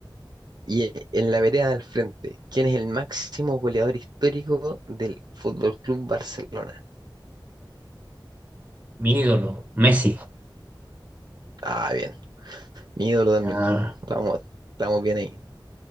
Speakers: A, on the right; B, on the right.
A: Y eh, en la vereda del frente, ¿quién es el máximo goleador histórico del Fútbol Club Barcelona?
B: mi ídolo, Messi.
A: Ah, bien, Mi ídolo también.
B: Ah.
A: Estamos, estamos bien ahí.